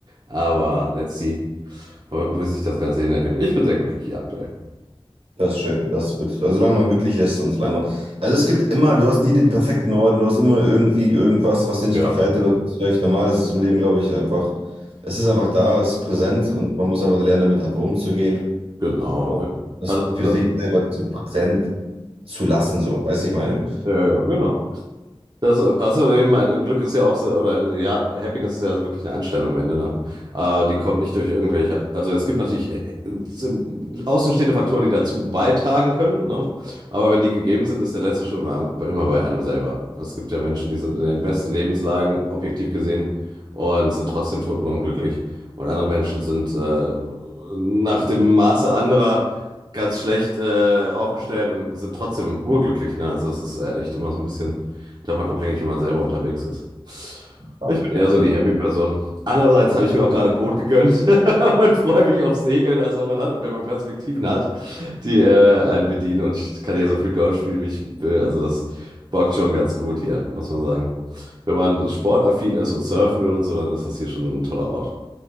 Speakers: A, on the right (about 45°); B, on the right (about 80°).
A: aber let's see, wo, wo sich das Ganze hin entwickelt. Ich bin sehr glücklich hier aktuell.
B: Das ist schön, das ist gut. Also solange man glücklich ist und solange man. Also es gibt immer, du hast nie den perfekten Ort, du hast immer irgendwie irgendwas, was dir nicht
A: Ja.
B: gefällt oder das ist völlig normal. Das ist im Leben, glaube ich, einfach, es ist einfach da, es ist präsent und man muss einfach lernen, damit einfach umzugehen
A: Genau.
B: und
A: äh,
B: das
A: Alles hat
B: für
A: seine.
B: sich selber so präsent zu lassen, so, weißt du, ich meine.
A: Ja, ja, genau. Das, also eben, äh, Glück ist ja auch so, oder äh, ja, Happiness ist ja wirklich eine Einstellung am Ende, ne? Äh, die kommt nicht durch irgendwelche, also es gibt natürlich äh, äh, außenstehende Faktoren, die dazu beitragen können, ne? Aber wenn die gegeben sind, ist der letzte Schritt immer immer bei einem selber. Also, Es gibt ja Menschen, die sind in den besten Lebenslagen, objektiv gesehen, und sind trotzdem totenunglücklich. Und andere Menschen sind äh, nach dem Maße anderer ganz schlecht äh, aufgestellt und sind trotzdem urglücklich, ne? Also es ist äh, echt immer so ein bisschen davon abhängig, wie man selber unterwegs ist.
B: Ja,
A: Ich bin eher
B: das
A: so
B: Intro.
A: die Happy-Person. Andererseits habe ich mir auch gerade ein Boot gegönnt <laughs> und freue mich auf Segeln. Also man hat, wenn man Perspektiven hat, die äh, einen bedienen. Und ich kann hier so viel Golf spielen, wie ich will. Also das bockt schon ganz gut hier, muss man sagen. Wenn man sportaffin ist und surfen will und so, dann ist das hier schon ein toller Ort.